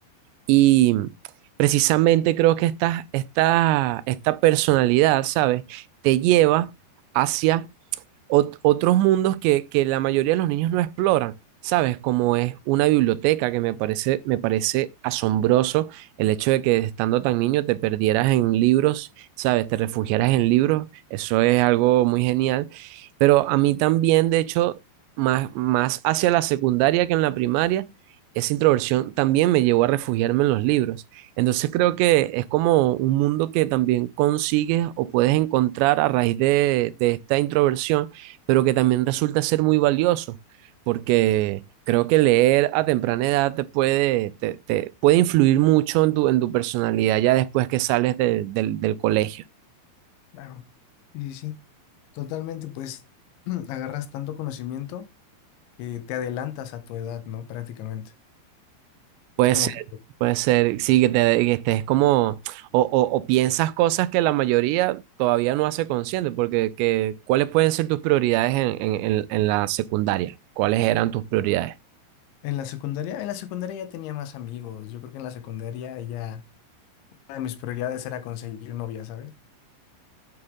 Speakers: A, on the right; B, on the left.
A: Y precisamente creo que esta, esta, esta personalidad, ¿sabes? Te lleva hacia ot- otros mundos que, que la mayoría de los niños no exploran, ¿sabes? Como es una biblioteca que me parece, me parece asombroso el hecho de que estando tan niño te perdieras en libros, ¿sabes? Te refugiaras en libros, eso es algo muy genial. Pero a mí también, de hecho, más, más hacia la secundaria que en la primaria, esa introversión también me llevó a refugiarme en los libros. Entonces creo que es como un mundo que también consigues o puedes encontrar a raíz de, de esta introversión pero que también resulta ser muy valioso, porque creo que leer a temprana edad te puede, te, te puede influir mucho en tu, en tu personalidad ya después que sales de- del del colegio.
B: Claro. Sí, sí, sí. Totalmente, pues, <clears throat> agarras tanto conocimiento que te adelantas a tu edad, ¿no? Prácticamente.
A: Puede
B: Es como
A: ser,
B: que
A: puede ser, sí, que, te, que estés como, o, o- o piensas cosas que la mayoría todavía no hace consciente, porque que, ¿cuáles pueden ser tus prioridades en, en en- en la secundaria? ¿Cuáles eran tus prioridades?
B: en la secundaria, en la secundaria ya tenía más amigos. Yo creo que en la secundaria ya una de mis prioridades era conseguir novia, ¿sabes?